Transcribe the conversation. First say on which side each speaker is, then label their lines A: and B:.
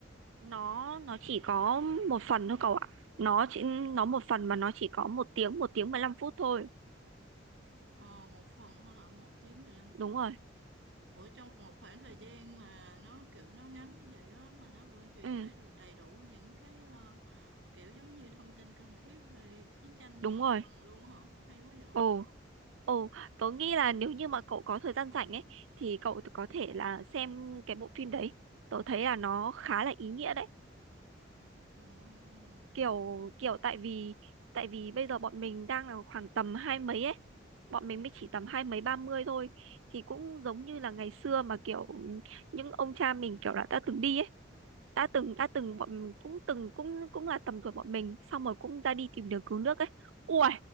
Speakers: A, on the right; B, on the right.
A: nó nó chỉ có một phần thôi cậu ạ nó chỉ nó một phần mà nó chỉ có một tiếng một tiếng 15 phút thôi
B: Ờ một phần thôi hả? Một tiếng 15 phút.
A: đúng rồi
B: Ủa trong một khoảng thời gian mà nó kiểu nó ngắn như vậy á mà nó vẫn truyền
A: ừ
B: tải được đầy đủ những cái ờ, kiểu giống như thông tin cần thiết về chiến tranh mà
A: đúng rồi
B: cần luôn hả? Hay quá vậy.
A: ồ Ồ, tớ nghĩ là nếu như mà cậu có thời gian rảnh ấy thì cậu có thể là xem cái bộ phim đấy. Tớ thấy là nó khá là ý nghĩa đấy.
B: Ồ.
A: Kiểu kiểu tại vì tại vì bây giờ bọn mình đang là khoảng tầm hai mấy ấy. Bọn mình mới chỉ tầm hai mấy ba mươi thôi thì cũng giống như là ngày xưa mà kiểu những ông cha mình kiểu là đã từng đi ấy đã từng đã từng bọn mình cũng từng cũng cũng là tầm tuổi bọn mình xong rồi cũng ra đi tìm đường cứu nước ấy ui